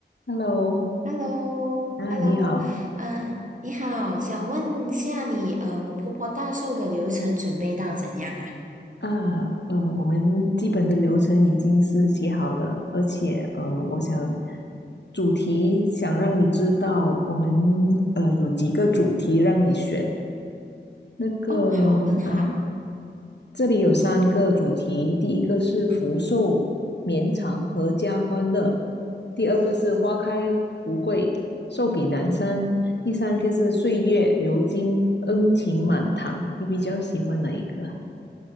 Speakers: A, on the left; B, on the right.
A: Hello，
B: h e l l o
A: 啊，
B: h e l
A: 你好
B: l o 啊，你好，想问下你，呃，我婆婆大寿的流程准备到怎样啊？
A: 啊，呃，我们基本的流程已经是写好了，而且呃，我想主题想让你知道，我们呃有几个主题让你选。那个啊，
B: 哦，好，很好。
A: 这里有三个主题，第一个是福寿绵长阖家欢乐，第二个是花开富贵寿比南山，第三个是岁月流金恩情满堂。你比较喜欢哪一个啊？